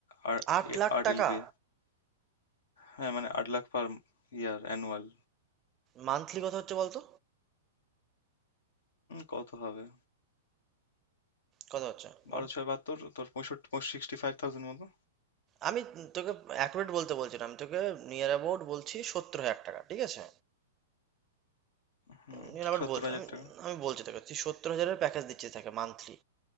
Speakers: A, on the left; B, on the right.
A: আর
B: আট লাখ
A: আট
B: টাকা
A: এলপি হ্যাঁ মানে আট লাখ পার ইয়ার অ্যানুয়াল
B: মান্থলি কত হচ্ছে বলতো
A: কত হবে
B: কত হচ্ছে
A: বারো
B: বল
A: ছয় বাহাত্তর তোর পঁয়ষট্টি সিক্সটি ফাইভ থাউজেন্ড মতো
B: আমি তোকে অ্যাকুরেট বলতে বলছি না আমি তোকে নিয়ার অ্যাবাউট বলছি সত্তর হাজার টাকা ঠিক আছে
A: হুম
B: নিন আবার
A: সত্তর
B: বলছি
A: হাজার
B: আমি
A: টাকা
B: আমি বলছি তোকে তুই সত্তর হাজারের প্যাকেজ দিচ্ছিস তাকে মান্থলি